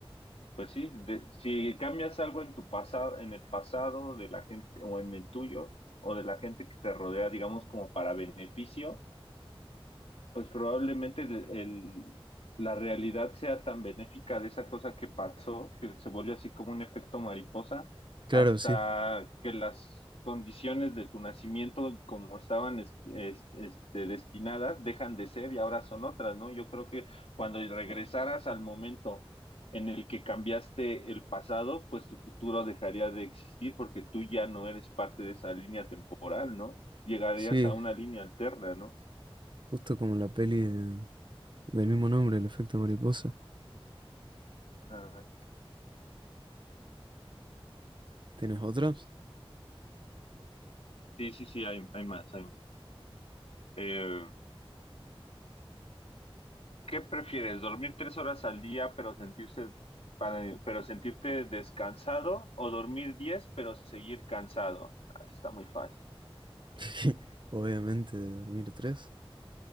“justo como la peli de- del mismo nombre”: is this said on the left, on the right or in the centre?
Right